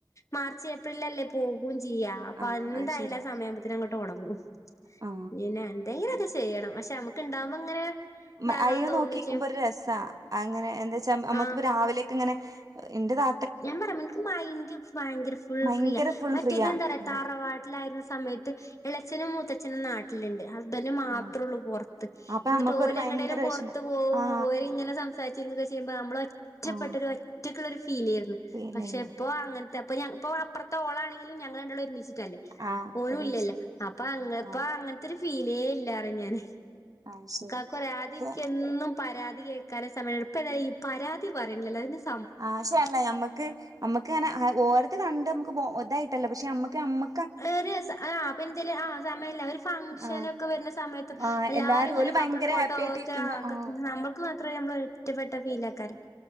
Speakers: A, on the left (about 40°); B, on the right (about 45°).
A: മാർച്ച് ഏപ്രിലല്ലേ പോകും ചിയ്യാ അപ്പ
B: ആ
A: എന്തായാലും
B: അത് ശരിയാ
A: ആ സമയം പിന്നെ അങ്ങട്ട് ഒണങ്ങും
B: ആ
A: പിന്നെ എന്തെങ്കിലൊക്കെ ചെയ്യെണം പശെ ഞമ്മക്ക് ഇണ്ടാവുമ്പോ ഇങ്ങനെ
B: ഉം
A: ഇതാകാൻ
B: അയ്നെ
A: തോന്നും
B: നോക്കിക്കിമ്പോ
A: ചെയ്യും
B: ഒരു രെസ് താ അങ്ങനെ എന്താെച്ചാ ന്നമ്മക്ക്പ്പോ
A: ആഹ്
B: രാവിലെക്കെ ഇങ്ങനെ ഇന്റെതാ
A: ഞാൻ പറയാം ഇൻക്ക് മൈന്റ് ഭയങ്കര ഫുൾ
B: ഭയങ്കര
A: ഫ്രീ
B: ഫുൾ
A: മറ്റേതെന്താ
B: ഫ്രീയാ
A: റയാ
B: ആ
A: തറവാട് ട്ട്ലായിരുന്ന സമയത്ത് ഇളെചെനും മൂത്തച്ഛനും നാട്ടില്ണ്ട് ഹസ്ബെന്റ് മാത്രള്ളൂ
B: ആ
A: പൊർത്ത്
B: അപ്പൊ
A: ഇന്നെട്ട്
B: നമ്മക്കൊരു
A: ഓര്
B: ഭയങ്കര
A: എങ്ങട്ടേലുംപൊർത്ത്
B: വിഷമം
A: പോകും
B: ആ
A: ഓരിങ്ങനെ സംസാരിച്ചിരിക്കുകൊക്കെ ചെയ്യുമ്പോ നമ്മള റ്റപ്പെട്ടൊരു
B: ആ
A: ഒരു ഒറ്റക്ക്ളൊരു ഫീ ഫീലേരുന്നു
B: ഫീൽ
A: പക്ഷെ
B: ചെയ്യുന്നു
A: ഇപ്പോ അങ്ങനത്തെ അപ്പോ ഇപ്പോ അപ്പുറത്തെ ഓളാണെങ്കിലും ഞങ്ങൾ രണ്ടാളും ഒരുമിച്ചിട്ടല്ലേ
B: ആ
A: ഓനുംല്ലല്ലോ
B: ഒരുമിച്ച്
A: അപ്പൊ അങ്ങപ്പ
B: ആ
A: അങ്ങനത്തെരു ഫീലേ ഇല്ലറി ഞാന്.
B: അത് ശരി
A: കാക്കുഅറി ആദ്യം
B: പക്ഷെ
A: ഇൻക്ക് എന്നും പരാതി കേൾക്കാനെ സമയൊള്ളു ഇപ്പഏതായാലും ഇയ്യ് പരാതി പറയ്ണ്ല്ലല്ലോ അതിന്സ്
B: ആഹ് ശെ അല്ല ഞമ്മക്ക് അമ്മക്ക് ഇങ്ങനെ ഓര്ത് കണ്ട് അമ്മക്ക് ബോ ഇതായിട്ടല്ല പക്ഷെ അമ്മക്ക്മ്മ
A: ഏ ര് സ ആ ബെൻചെല് സമയല്ല ഒര് ഫങ്ഷനൊക്കെ
B: ആഹ്
A: വെര്ന സമയത് ത്
B: ആഹ്
A: എല്ലാരും ഇങ്ങനെ
B: ഓല് ഭയങ്കര
A: കപ്പിൾ ഫോട്ടോ
B: ഹാപ്പി ആയിട്ടിരിക്കുമ്പോ
A: ഒക്കെ ആ ക്കാ
B: ആഹ്
A: ന്നമ്മൾ ക്ക് മാത്രം ഞമ്മള് ഒറ്റപ്പെട്ട ഫീൽ ആക്കാരം.